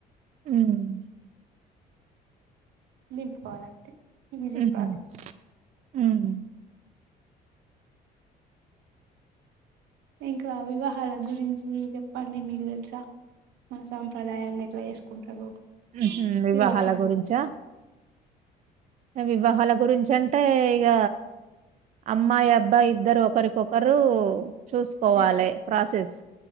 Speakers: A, on the right (about 45°); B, on the right (about 85°).
A: హ్మ్
B: దింపుకోవాలంతే ఈజీ
A: హుహు.
B: ప్రాసెస్
A: హ్మ్.
B: ఇంకా వివాహాల గురించి చెప్పండి మీకు తెలుసా మన సాంప్రదాయంగా ఎట్లా చేసుకుంటారు
A: హుహు. వివాహాల
B: వివాహాలు
A: గురించా? వివాహాల గురించి అంటే ఇక అమ్మాయి అబ్బాయి ఇద్దరు ఒకరికొకరు చూసుకోవాలి
B: ఎట్
A: ప్రాసెస్